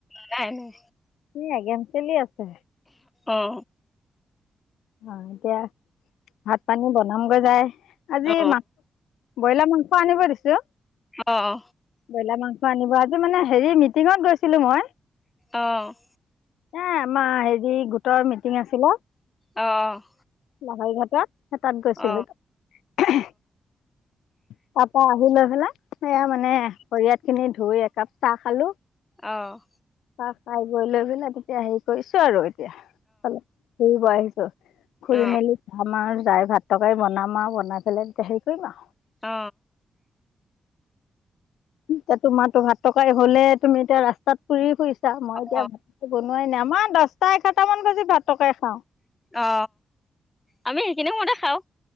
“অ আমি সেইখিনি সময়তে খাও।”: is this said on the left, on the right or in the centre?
Left